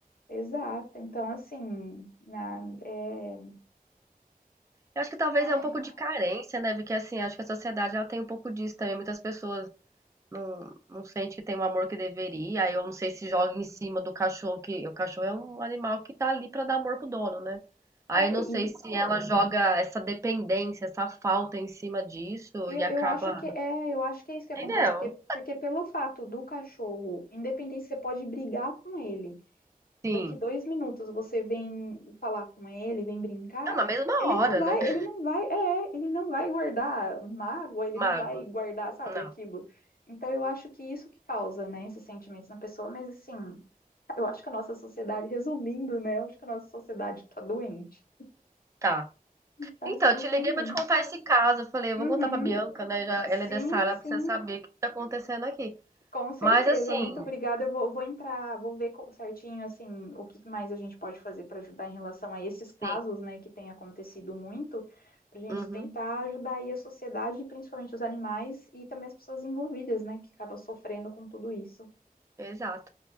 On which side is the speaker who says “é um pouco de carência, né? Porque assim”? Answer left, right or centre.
Right